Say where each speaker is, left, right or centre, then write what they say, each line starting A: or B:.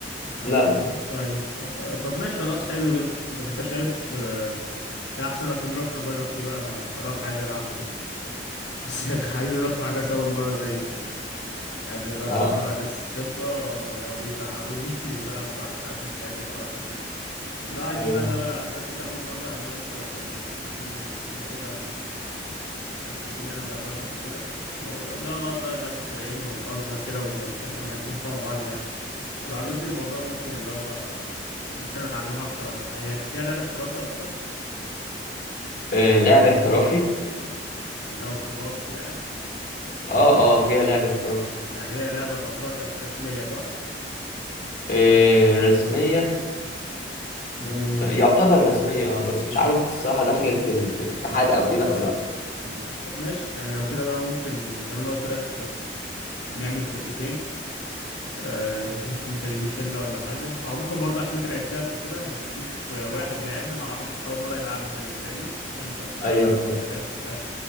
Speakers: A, on the left; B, on the left.
A: كمل
B: لا لا
A: طيب آه. طب ماشي خلاص حلو جدا انت انت شايف آه. في احسن وقت نروح نجرب فيه بقى انا خلاص عايز العبها كده بس <laughs> عايز اروح مع ناس اول مرة زيي فاهمني مش عايز بقى لو اتحط
B: آه.
A: مع ناس خبرة ويقعدوا يزعقوا لي <laughs> إني مش بلعب صح انت عارف إني مش بحب الحوارات دي اللي هو عايزين
B: أيوه
A: بقى اللي هو ناس كده اول مرة انا وانت مثلا ونشوف اتنين من الشلة كده بس يكونوا يعني ملعبوهاش قبل كده اللي هو نقعد بقى نقسم فريقين ونهزر كده ونكتشف ونكتشفها مع بعض يعني لو عجبني الموضوع ممكن اللي هو ممكن اتعلمها اكتر ولا حاجة هي فيها لعبة احترافية اصلا
B: آه. لعب احترافي
A: اه اللي هو بطولات وكده يعني
B: أه أه فيها لعب احترافي
A: يعني هي لعبة تعتبر بقت رسمية صح
B: آه. رسمية
A: امم
B: مم. يعتبر رسمية أه بس مش عارف الصراحة دخلت في ال- في الاتحاد أو كده أو لأ
A: أمم. طب ماشي يعني لو كده بقى ممكن زي ما انا قلت لك نعمل فرقتين آه نشوف اتنين تانيين ميشيلا ولا حاجة او ممكن برضه عشان انت لعبتها قبل كده نشوف آه، واحد لعبها مع واحد اول مرة يلعبها زي فاهمني عشان يبقى في
B: أيوه فاهم
A: تكافؤ اي